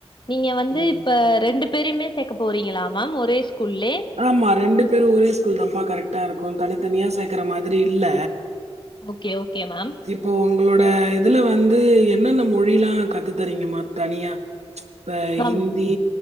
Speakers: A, on the left; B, on the right.
A: நீங்க வந்து
B: ம்.
A: இப்ப ரெண்டு பேரயுமே சேக்க போறீங்களா மேம் ஒரே ஸ்கூல்லே
B: ஆமா ரெண்டு பேரு ஒரே ஸ்கூல் தாம்பா கரெக்ட்டா இருக்கு தனித்தனியா சேர்க்குற மாதிரி இல்ல
A: ஓகே ஓகே மேம்
B: இப்போ உங்களோட இதில வந்து என்னென்ன மொழிலா கத்து தறீங்கம்மா தனியா இப்ப
A: மேம்
B: இந்தி